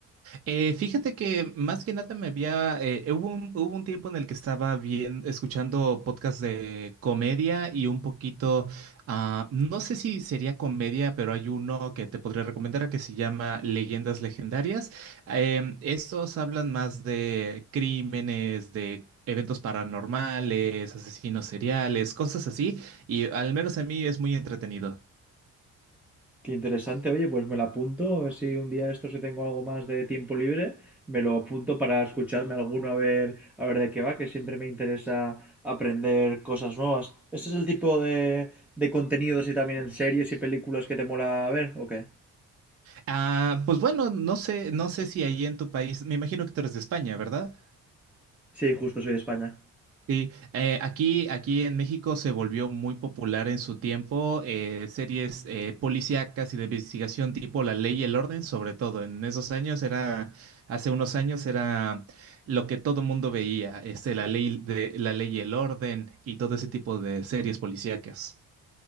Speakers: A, on the right; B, in the centre.
A: Eh, fíjate que más que nada me había, eh, hubo un, hubo un tiempo en el que estaba bien escuchando podcasts de comedia y un poquito, ah, no sé si sería comedia, pero hay uno que te podría recomendar que se llama Leyendas Legendarias. Em, estos hablan más de crímenes, de... eventos paranormales, asesinos seriales, cosas así, y al menos a mí es muy entretenido.
B: Qué interesante, oye, pues me lo apunto, a ver si un día de estos si tengo algo más de tiempo libre, me lo apunto para escucharme alguno a ver, a ver de qué va, que siempre me interesa aprender cosas nuevas. ¿Este es el tipo de, de contenidos y también en series y películas que te mola ver o qué?
A: Ah, pues bueno, no sé, no sé si ahí en tu país, me imagino que tú eres de España, ¿verdad?
B: Sí, justo soy de España.
A: Sí, eh, aquí, aquí en México se volvió muy popular en su tiempo eh, series eh, policíacas y de investigación tipo La Ley y el Orden, sobre todo. En esos años era, hace unos años era lo que todo mundo veía, este, La Ley de La Ley y el Orden y todo ese tipo de series policíacas.